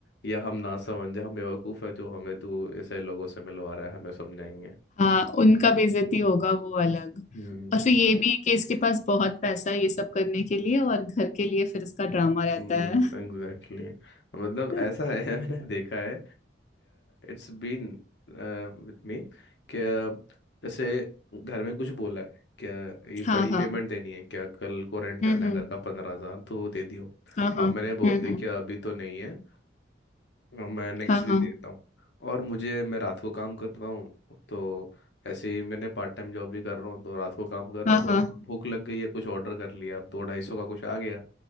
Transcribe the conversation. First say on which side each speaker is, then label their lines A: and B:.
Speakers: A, on the left; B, on the left.
A: या हम ना समझ हम बेवकूफ़ है जो हमें तू ऐसे लोगों से मिलवा रहा है हमें समझाएंगे
B: हाँ उनका बेइज्जती होगा वो अलग
A: हम्म
B: और फिर ये भी कि इसके पास बहुत पैसा है ये सब करने के लिए और घर के लिए फिर इसका ड्रामा रहता
A: Exactly
B: है
A: exactly. मतलब
B: <laughs>
A: ऐसा है <laughs> मैंने देखा है इट्स बीन विथ मी क्या जैसे घर में कुछ बोला है क्या ये
B: हाँ
A: बड़ी
B: हाँ
A: पेमेंट देनी है क्या कल को रेंट जाना
B: हम्म हम्म
A: है घर का पंद्रह हजार तो दे दियो
B: हाँ हाँ
A: अब मैंने
B: हम्म
A: बोल दिया
B: हम्म
A: कि अभी तो नहीं है अ, मैं नेक्स्ट
B: हाँ
A: वीक
B: हाँ
A: देखता हूँ और मुझे मैं रात को काम करता हूँ तो ऐसे ही मैंने पार्ट टाइम जॉब भी कर रहा हूँ तो रात को काम कर रहा
B: हाँ
A: हूँ तो
B: हाँ
A: भूख लग गई है कुछ ऑर्डर कर लिया अब दो ढाई सौ का कुछ आ गया